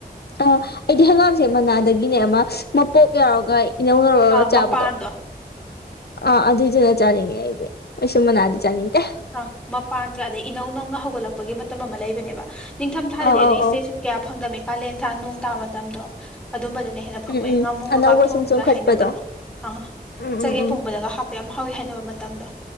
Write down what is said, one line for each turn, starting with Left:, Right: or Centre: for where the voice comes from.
Left: ꯑꯥ ꯑꯩꯗꯤ ꯍꯪꯒꯥꯝꯁꯦ ꯃꯅꯥꯗꯒꯤꯅꯦ ꯑꯃ ꯃꯄꯣꯞ ꯌꯥꯎꯔꯒ ꯏꯅꯧ ꯅꯔꯒ
Centre: ꯑꯥ
Left: ꯆꯥꯕꯗꯣ
Centre: ꯃꯄꯥꯟꯗꯣ
Left: ꯑꯥ ꯑꯗꯨꯏꯗꯨꯅ ꯆꯥꯅꯤꯡꯉ ꯦ ꯁꯨꯃꯅꯥꯗꯖ ꯅꯤꯡꯇ
Centre: ꯑ ꯃꯄꯥꯟꯒ ꯑꯗꯩ ꯏꯅꯧ ꯅꯧꯅ ꯍꯧꯒꯠꯂꯛꯄꯒꯤ ꯃꯇꯝ ꯑꯃ ꯂꯩꯕꯅꯦꯕ ꯅꯤꯡꯊꯝꯊꯥꯗꯗꯤ
Left: ꯑꯧ
Centre: ꯑꯗꯨꯒꯤ
Left: ꯑꯧ
Centre: ꯏꯁꯇꯦꯁꯨ
Left: ꯑꯧ
Centre: ꯀꯌꯥ ꯐꯪꯗꯝꯃꯤ ꯀꯥꯂꯦꯟ ꯊꯥ ꯅꯣꯡ ꯇꯥ ꯃꯇꯝꯗꯣ ꯑꯗꯨꯝꯕꯗ ꯍꯦꯟꯅ ꯐꯪꯕꯅꯤ
Left: ꯎꯝ ꯎꯝ
Centre: ꯉꯥꯃꯣꯒ
Left: ꯑꯅꯧꯕ
Centre: ꯀ ꯊꯣꯡꯒ
Left: ꯁꯨꯝ ꯆꯣꯡꯈꯠꯄꯗꯣ
Centre: ꯍꯥꯏꯅꯕꯗꯣ ꯑ
Left: ꯎꯝ
Centre: ꯆꯒꯦꯝ
Left: ꯎꯝ ꯎꯝ
Centre: ꯐꯣꯡꯕꯗꯒ ꯍꯥ ꯌꯥꯝ ꯍꯥꯎꯋꯤ ꯍꯥꯏꯅꯕ ꯃꯇꯝꯗꯣ